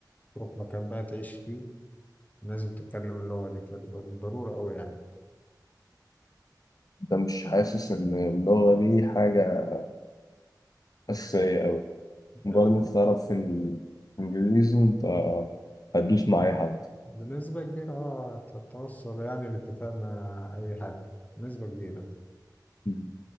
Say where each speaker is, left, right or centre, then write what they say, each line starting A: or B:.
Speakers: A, on the left; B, on the left.
A: تروح مكان بقى تعيش فيه ناس بتتكلم اللغة دي فتبقى بالضرورة أوي
B: ده مش حاسس إن اللغة دي حاجة أساسية أوي مجرد
A: يعني
B: إن أنت تعرف في الإنجليزي أنت هتدوس مع أي حد
A: بنسبة كبيرة اه تتوصل يعني الاتفاق مع أي حد بنسبة كبيرة
B: مم.